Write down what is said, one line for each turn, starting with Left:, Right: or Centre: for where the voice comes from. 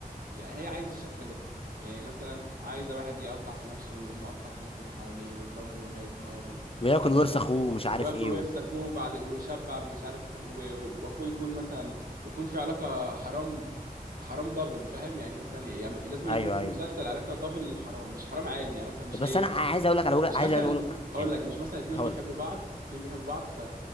Right: يعني هي عايزه الشكل ده يعني مثلا عايزه واحد يقطع في نفسه ويقوم مقطع في الناس اللي حواليه ويضربه بميه نار و...
Left: وياكل ورث أخوه ومش عارف
Right: وياكل
Left: إيه
Right: ورث
Left: و...
Right: اخوه بعد ويشبع مش عارف و... و- واخوه يكون مثلا ويكون في علاقه حرام حرام دبل فاهم يعني مثلا يعني لازم يكون
Left: أيوه
Right: في
Left: أيوه
Right: المسلسل علاقه دبل حرام مش حرام عادي يعني مثلا مش
Left: بس
Right: ايه
Left: أنا عايز أقول لك على وجه
Right: مش
Left: عايز
Right: مثلا
Left: أقول يعني
Right: هقول لك مش مثلا اتنين
Left: هقول
Right: بيحبوا
Left: لك
Right: بعض اتنين بيحبوا بعض ف